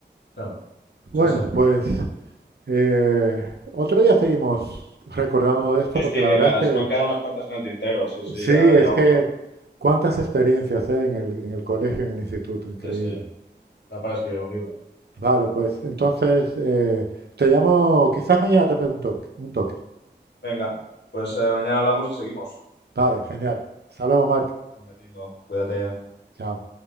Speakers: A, on the left; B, on the right.
A: claro.
B: Bueno,
A: Sí, sí,
B: pues eh, otro día seguimos recordando de esto
A: Sí,
B: porque
A: sí, eh,
B: la verdad es que
A: se me han quedado unas cuantas en el tintero, sí, sí,
B: Sí,
A: ya,
B: es
A: ya vamos
B: que
A: a hablar.
B: cuántas experiencias, eh, en el, en el colegio, en el instituto, increíble.
A: sí, sí. Da para escribir un libro.
B: Vale, pues entonces eh, te llamo, quizás mañana te pregunto un toque.
A: Venga, pues eh, mañana hablamos y seguimos.
B: Vale, genial. Hasta luego, Marc.
A: Venga, tío, cuídate.
B: Chao.